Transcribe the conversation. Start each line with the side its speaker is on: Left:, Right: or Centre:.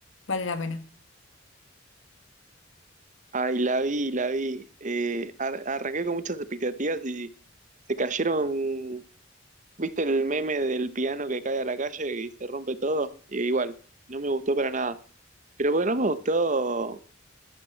Left: vale la pena.
Right: Ay, la vi, la vi. Eh, ar- arranqué con muchas expectativas y se cayeron. ¿Viste el meme del piano que cae a la calle y se rompe todo? Y igual, no me gustó para nada. Pero porque no me gustó